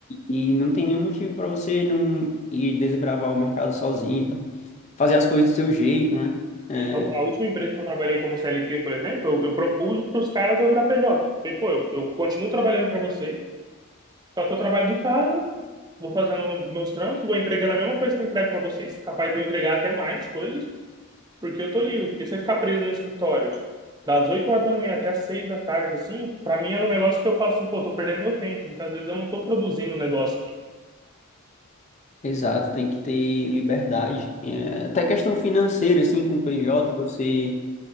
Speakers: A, on the left; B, on the right.
A: e, e não tem nenhum motivo para você não ir desbravar o mercado sozinho, então fazer as coisas do seu jeito, né? É,
B: Sim, a, a última empresa que eu trabalhei como CLT, por exemplo, eu, eu propus para os caras eu virar PJ. Falei, pô, eu, eu continuo trabalhando para vocês, só que eu trabalho de casa, vou fazendo meus trampos, vou entregando a mesma coisa que eu entrego para vocês, capaz de eu entregar até mais coisas, porque eu tô livre. Porque se eu ficar preso no escritório das 8 horas da manhã até as 6 da tarde, assim, para mim era um negócio que eu falo assim, pô, tô perdendo meu tempo. Muitas vezes eu não tô produzindo um negócio aqui.
A: Exato, tem que ter liberdade. É, até questão financeira, assim, com o PJ, você